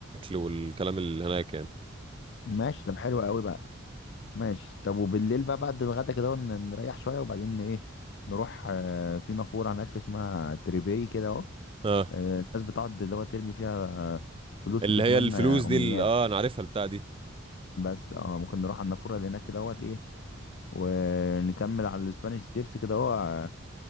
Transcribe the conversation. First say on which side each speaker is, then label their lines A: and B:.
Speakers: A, on the right; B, on the left.
A: والكلام اللي هناك يعني
B: ماشي طب حلو قوي بقى ماشي طب وبالليل بقى بعد الغدا كده ون- نريح شوية وبعدين ايه نروح آه، في نافورة هناك اسمها تريفي كده اهو
A: اه
B: آه، الناس بتقعد اللي هو ترمي فيها آه، فلوس
A: اللي
B: وتتمنى
A: هي الفلوس
B: أمنيات
A: دي اللي... اه انا عارفها البتاع دي
B: بس اه ممكن نروح على النافورة اللي هناك كده اهوت ايه ونكمل على الاسبانيش ستيبس كده اهو آه،